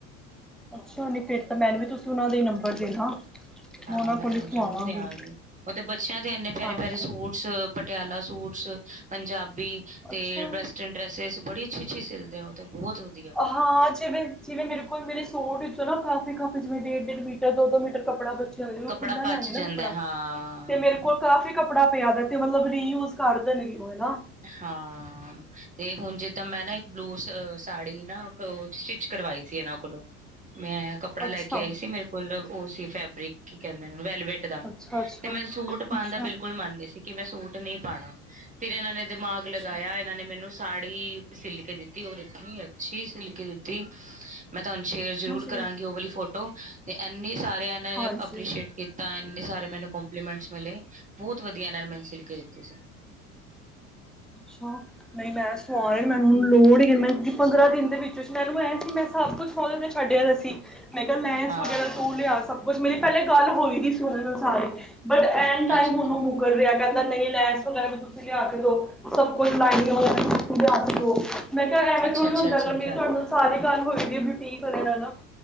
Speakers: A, in the centre; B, on the right (about 15°).
A: ਅੱਛਾ, ਨੀ ਫੇਰ ਤਾਂ ਮੈਨੰ ਵੀ ਤੁਸੀ ਉਨਾਂ ਦੇ ਨੰਬਰ ਦੇਣਾ
B: ਹਾਂ
A: ਉਹਨਾਂ
B: ਮੈਂ
A: ਕੋਲ
B: ਤੁਆਨੰ
A: ਹੀ ਸਵਾਵਾਂਗੀ
B: ਜਰੂਰ ਦਿਆਂਗੀ। ਓ ਤੇ ਬੱਚੇਆਂ ਦੇ ਏਨੇ ਪਿਆਰੇ-ਪਿਆਰੇ
A: ਹਾਂਜੀ
B: ਸੂਟ ਸ, ਪਟਿਆਲਾ ਸੂਟਸ, ਪੰਜਾਬੀ ਤੇ
A: ਅੱਛਾ
B: ਵੈਸਟਰਨ ਡਰੈਸਿਸ ਬੜੀ ਅੱਛੀ-ਅੱਛੀ ਸਿਲਦੇ ਉ ਤੇ ਬੋਤ ਵਧੀਆ
A: ਹਾਂ ਜਿਵੇਂ, ਜਿਵੇਂ ਮੇਰੇ ਕੋਲ ਮੇਰੇ ਸੂਟ ਵਿੱਚੋਂ ਨਾ ਕਾਫੀ-ਕਾਫੀ ਜਿਵੇਂ ਡੇਢ-ਡੇਢ ਮੀਟਰ, ਦੋ-ਦੋ ਮੀਟਰ ਕੱਪੜਾ ਬ ਜਦੋਂ ਮੈਂ
B: ਕੱਪੜਾ
A: ਖੁੱਲਾ
B: ਬਚ
A: ਲਿਆਨੀ ਆ
B: ਜਾਂਦਾ
A: ਨਾ ਕੱਪੜਾ
B: ਹਾਂ
A: ਤੇ ਮੇਰੇ ਕੋਲ ਕਾਫੀ ਕੱਪੜਾ ਪਿਆ ਦੈ ਤੇ ਮਤਲਬ ਰੀਯੂਜ ਕਰਦੇ ਨੇਗੇ ਓ ਨਾ।
B: ਹਾਂ ਤੇ ਹੁਣ ਜਿੱਦਾਂ ਮੈਂ ਨਾ ਇੱਕ ਬਲੂ ਸ ਸਾੜੀ ਨਾ ਕ ਸਟਿਚ ਕਰਵਾਈ ਸੀ ਏਨਾਂ ਕੋਲੋਂ ਮੈਂ ਕੱਪੜਾ ਲੈ
A: ਅੱਛਾ।
B: ਕੇ ਆਈ ਸੀ ਮੇਰੇ ਕੋਲ ਓ ਸੀ ਫੈਬਰਿਕ, ਕੀ ਕੈਂਦੇ ਨੇ ਵੈਲਵੇਟ <unintelligible>
A: ਅੱਛਾ ਅੱਛਾ।
B: ਤੇ ਮੈਨੰ ਸੂਟ ਪਾਨ
A: ਅੱਛਾ।
B: ਦਾ ਬਿਲਕੁਲ ਮਨ ਨੀ ਸੀ ਕਿ ਮੈਂ ਸੂਟ ਨੀ ਪਾਣਾ ਫਿਰ ਏਨਾਂ ਨੇ ਦਿਮਾਗ
A: ਅੱਛਾ
B: ਲਗਾਇਆ ਏਨਾਂ ਨੇ ਮੇਨੂੰ ਸਾੜੀ ਸਿਲ ਕੇ ਦਿੱਤੀ ਔਰ ਇਤਨੀ ਅੱਛੀ ਸਿਲ ਕੇ ਦਿੱਤੀ ਮੈਂ ਤੁਆਨੰ ਸ਼ੇਅਰ ਜ਼ਰੂਰ
A: ਤੁਸੀਂ
B: ਕਰਾਂਗੀ ਓ ਵਾਲੀ ਫੋਟੋ ਤੇ ਐਨੀ ਸਾਰਿਆਂ ਐਨਾਂ ਨੇ
A: ਹਾਂਜੀ।
B: ਅਪ ਅਪਰੀਸ਼ੇਟ ਕੀ ਤਾਂ ਏ ਨੇ ਸਾਰੇ ਮੇਨੂੰ ਕੋਂਪਲੀਮੈਂਟਸ ਮਿਲੇ ਬੋਤ ਵਧੀਆ ਐਨਾਂ ਨੇ ਮੈਨੂੰ ਸਿਲ ਕੇ ਦਿੱਤੇ ਸਨ।
A: ਅੱਛਾ, ਨਈ ਮੈਂ ਸੁਵਾਏ
B: ਹਾਂ
A: ਮੈਨੂੰ ਲੋੜ ਹੀ ਨਹੀ ਪੰਦਰਾਂ ਦਿਨ ਦੇ ਵਿੱਚ ਸ਼ ਮੈਨੂੰ ਐਂ ਸੀ ਮੈਂ ਸਭ ਕੁੱਛ <unintelligible> ਦੇ ਛੱਡ ਆਏ ਸੀ। ਮੈਂ ਕਿਆ ਮੈਂ ਇਸ
B: ਹਾਂ,
A: ਨੂੰ <unintelligible> ਫੋਨ ਲਿਆ ਸਭ ਕੁਛ ਮੇਰੀ ਪਹਿਲੇ ਗੱਲ ਹੋਈ ਦੀ ਸੀ ਓਦੇ ਨਾਲ ਸਾਰੀ। ਬਟ ਐਂਨ ਟਾਈਮ
B: ਅੱਛਾ-ਅੱਛਾ,
A: ਹੂਨ ਓ ਮੁਕਰ ਗਿਐ ਕੈਂਦੈ ਨਈ ਲੈਸ ਵਗੈਰਾ ਤੁਸੀ ਲਿਆ ਕੇ ਦੋ। ਸਭ ਕੁਝ ਲਾਇਨਿੰਗ
B: ਹਾਂ,
A: ਵਗੈਰਾ ਵੀ ਤੁਸੀ ਲਿਆ ਕੇ ਦੇਓਗੇ। ਮੈਂ ਕੇਆ ਐਵੇਂ
B: ਅੱਛਾ-ਅੱਛਾ,
A: ਥੋੜ੍ਹੀ ਹੁੰਦੈ
B: ਅੱਛਾ-ਅੱਛਾ,
A: ਫੇਰ ਮੇਰੀ ਤੁਆਨੂੰ ਸਾਰੀ ਗੱਲ ਹੋਈ ਦੀ ਏ ਬਯੁਟੀਕ ਵਗੈਰਾ ਨਾਲ